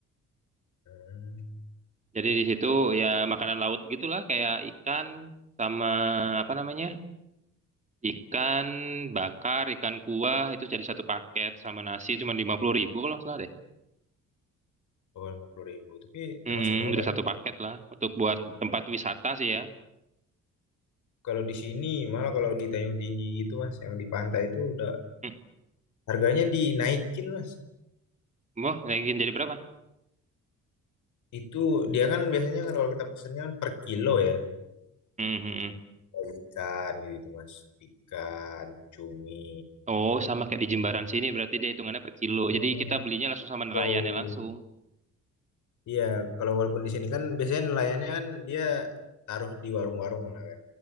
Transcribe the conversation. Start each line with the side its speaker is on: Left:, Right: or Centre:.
Left: Hmm.
Right: Jadi di situ ya makanan laut gitulah kayak ikan sama apa namanya? Ikan bakar, ikan kuah itu jadi satu paket sama nasi cuma 50.000 kalau nggak salah deh.
Left: Oh lima puluh ribu, tapi
Right: Hmm,
Left: termasuk murah
Right: udah satu
Left: ya.
Right: paket lah untuk buat tempat wisata sih ya.
Left: Kalau di sini malah kalau di Tanjung Tinggi gitu mas, yang di pantai itu udah
Right: Hmm,
Left: harganya dinaikin mas.
Right: mau naikin jadi berapa?
Left: Itu dia kan biasanya kan kalau kita pesennya kan per kilo ya itu.
Right: Hmm, hmm, hmm.
Left: Ikan gitu, gitu mas, ikan, cumi.
Right: Oh, sama kayak di Jimbaran sini berarti dia hitungannya per kilo.
Left: Hmm,
Right: Jadi kita belinya langsung sama nelayannya
Left: low.
Right: langsung.
Left: Iya, kalau walaupun di sini kan biasanya nelayannya kan dia taruh di warung-warung lah kan.